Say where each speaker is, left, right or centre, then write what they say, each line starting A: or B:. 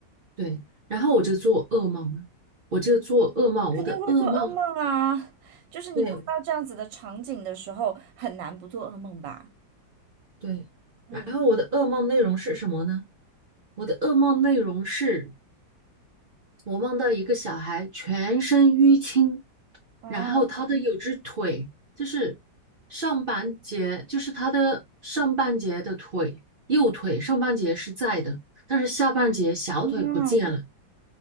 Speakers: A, on the right; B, on the right.
A: 对，然后我就做噩梦了，我就做噩梦，
B: 肯定会做噩梦啊。
A: 我的噩梦，
B: 就是你碰到这样子的场景的时候，
A: 对
B: 很难不做噩梦吧？
A: 对，
B: 嗯
A: 然后我的噩梦内容是什么呢？我的噩梦内容是我梦到一个小孩全身淤青，
B: 啊，
A: 然后他的有只腿就是上半截，就是他的上半截的腿，右腿上半截是在的，但是下半截小腿不见了，
B: 嗯，